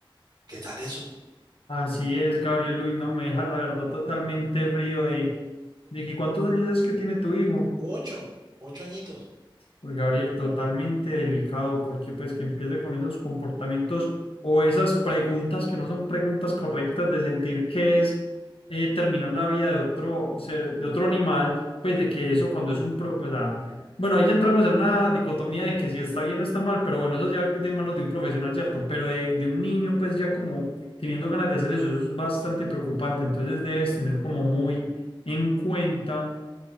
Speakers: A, on the right (about 45°); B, on the left (about 85°).
A: ¿Qué tal eso?
B: así es, Gabriel. Uy, no me dejas la verdad totalmente frío de, de que cuántos años es que tiene tu hijo.
A: Ocho, ocho añitos.
B: Pues, Gabriel, totalmente delicado, porque pues que empiece con esos comportamientos o esas preguntas que no son preguntas correctas de sentir que es eh, terminar la vida de otro ser, de otro animal, pues de que eso cuando es un pro, pues, ah, bueno, ahí ya entramos en una dicotomía de que si está bien o está mal, pero bueno, eso ya de manos de un profesional, ¿cierto? Pero de, de un niño, pues ya como teniendo ganas de hacer eso, eso es bastante preocupante, entonces debes tener como muy en cuenta